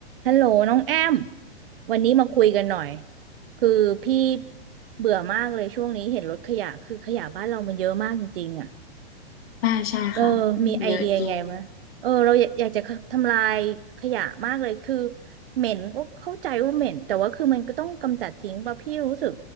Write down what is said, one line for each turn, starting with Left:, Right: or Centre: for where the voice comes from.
Right: ฮัลโหลน้องแอมวันนี้มาคุยกันหน่อยคือพี่เบื่อมากเลยช่วงนี้เห็นรถขยะคือขยะบ้านเรามันเยอะมากจริงๆอ่ะ
Left: ใช่ใช่ค่ะ
Right: เออมีไอเดียไงมะเออเราอยากอยากจะทำลายขยะมากเลยคือ
Left: เยอะจริง
Right: เหม็นก็เข้าใจว่าเหม็นแต่ว่าคือมันก็ต้องกำจัดทิ้งป่ะพี่รู้สึก